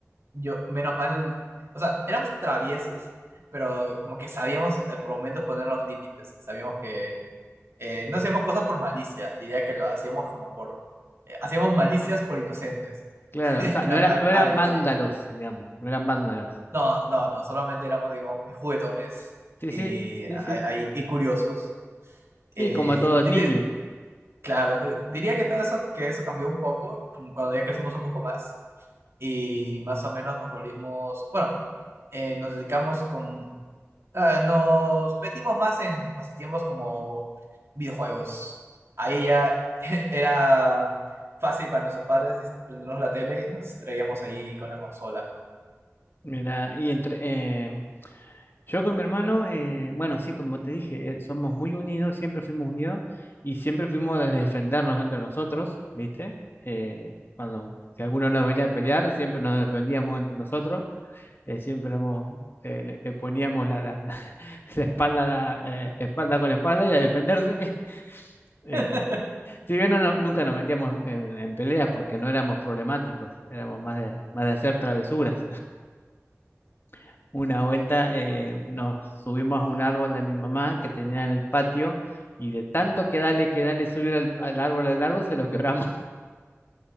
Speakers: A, on the right; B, on the left.
A: yo, menos mal, o sea, éramos traviesos, pero como que sabíamos eh, por momentos poner los límites, sabíamos que eh, no hacíamos cosas por malicia, diría que lo hacíamos como por, eh, hacíamos malicias por inocentes. <laughs>
B: Claro, o sea, no
A: al-
B: era, no eran
A: algo
B: vándalos,
A: así.
B: digamos, no eran vándalos.
A: No, no, no, solamente éramos, digamos, muy juguetones
B: Sí,
A: y,
B: sí,
A: a-
B: sí, sí.
A: a- y curiosos. Eh,
B: Y como todos
A: diría,
B: niños,
A: claro, eh, diría que todo eso, que eso cambió un poco mm, cuando ya crecimos un poco más y más o menos nos volvimos, bueno, eh, nos dedicamos con, ah, nos metimos más en pasatiempos como videojuegos. Ahí ya <laughs> era fácil para nuestros padres prendernos la tele y nos traíamos ahí con la consola.
B: mira, y entre eh, yo con mi hermano, eh, bueno, sí, como te dije, eh, somos muy unidos, siempre fuimos unidos y siempre fuimos a defendernos entre nosotros, ¿viste? Eh, cuando si alguno nos venía a pelear, siempre nos defendíamos entre nosotros, eh, siempre éramos, eh, le, le poníamos la, la, <laughs> la espalda, a la, eh, espalda con espalda y a defenderse. <laughs> Eh,
A: <laughs>
B: Si bien no, no- nunca nos metíamos en, en- en peleas porque no éramos problemáticos, éramos más de, más de hacer travesuras. <laughs> Una vuelta eh, nos subimos a un árbol de mi mamá que tenía en el patio y de tanto que dale, que dale, subir al, al árbol, al árbol, se lo quebramos.